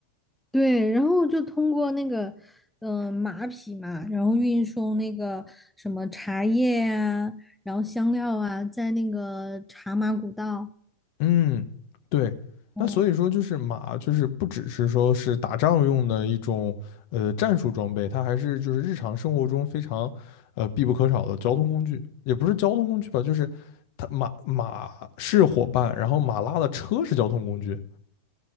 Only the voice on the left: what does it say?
嗯，对，
那所以说就是马就是不只是说是打仗用的一种呃战术装备，它还是就是日常生活中非常呃必不可少的交通工具，也不是交通工具吧，就是它马马是伙伴，然后马拉的车是交通工具。